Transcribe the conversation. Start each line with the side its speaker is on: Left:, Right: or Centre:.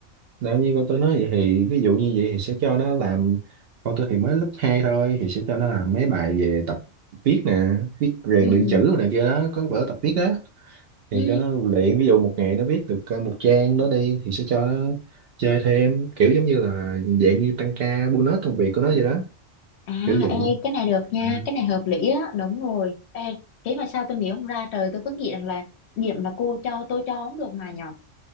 Right: Nếu như con tôi nói vậy thì ví dụ như vậy thì sẽ cho nó làm con tôi thì mới lớp 2 thôi thì sẽ cho nó làm mấy bài về tập viết nè viết rèn
Left: ừ
Right: luyện chữ rồi này kia đó có vở tập viết đó thì
Left: ừ
Right: cho nó luyện ví dụ một ngày nó viết được ờ, một trang đó đi thì sẽ cho nó chơi thêm kiểu giống như là dạng như tăng ca bonus công việc của nó vậy đó
Left: À,
Right: kiểu vậy
Left: ê, cái này được nha,
Right: Ừ.
Left: cái này hợp lý á, đúng rồi. Ê, thế mà sao tôi nghĩ không ra trời, tôi cứ nghĩ rằng là điểm mà cô cho tôi cho không được mà nhở.